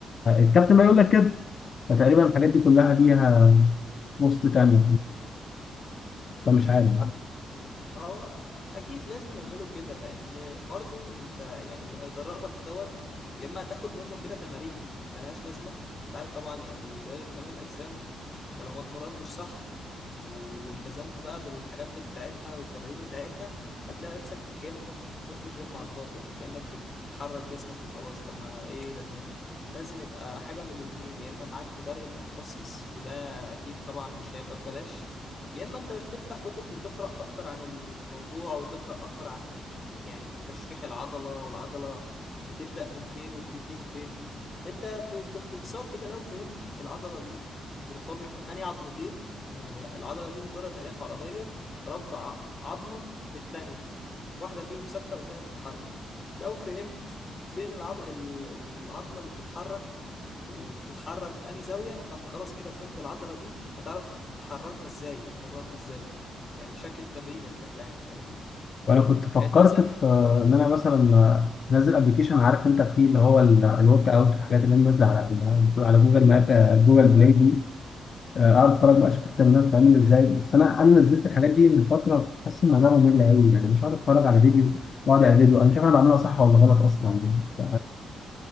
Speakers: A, on the left; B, on the left.
A: آه، الكابتن ما يقول لك كده فتقريبا الحاجات دي كلها ليها بوست تانية فمش عارف
B: ما هو اكيد لازم يعملوا كده لان برضو انت يعني اللي هيدربك دوت يا اما هتاخد منه كده تمارين ملهاش لازمه انت عارف طبعا يعني رياضه كمال الاجسام انت لو ما اتمرنتش صح والتزمت بقى بالحاجات بتاعتها والتمارين بتاعتها هتلاقي نفسك كأنك بتروح الجيم على الفاضي يعني كأنك بتحرك جسمك وخلاص طب ما ايه لازمتها لازم يبقى حاجة من الاتنين يا اما معاك مدرب متخصص وده اكيد طبعا مش هيبقى ببلاش يا اما انت تفتح كتب وتقرأ اكتر عن الموضوع وتقرأ اكتر عن يعني تشريح العضلة والعضلة بتبدأ من فين وبتنتهي فين انت ب- باختصار كده لو فهمت العضلة دي مرتبطة بأنهي عظمتين ما هي العضلة دي مجرد ألياف عضلية رابطة ع- عظمة بالتانية واحدة فيهم ثابتة والتانية بتتحرك لو فهمت ف- فين العض... ال- العظمة اللي بتتحرك وبتتحرك في أنهي زاوية فأنت خلاص كده فهمت العضلة دي هتعرف تحركها إزاي وتمرنها إزاي يعني شكل التمرينة بشكل عام فاهمني
A: وانا كنت فكرت
B: يعني أنت مثلا
A: في آه، ان انا مثلا آه، انزل ابلكيشن عارف انت فيه اللي هو الورك اوت والحاجات اللي نازله على على جوجل ماب آه، جوجل بلاي دي آه، اقعد اتفرج بقى اشوف التمرين بتعمل ازاي بس انا انا نزلت الحاجات دي من فتره كنت حاسس ان انا ممل قوي يعني مش هقعد اتفرج على فيديو واقعد على فيديو انا مش عارف انا بعملها صح ولا غلط اصلا يعني ف-